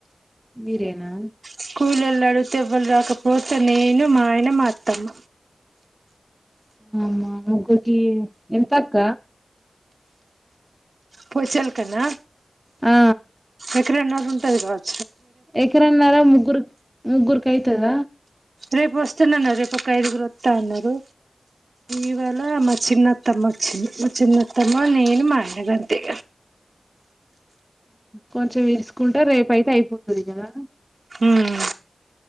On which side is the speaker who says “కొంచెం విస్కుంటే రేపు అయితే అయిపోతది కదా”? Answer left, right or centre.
Centre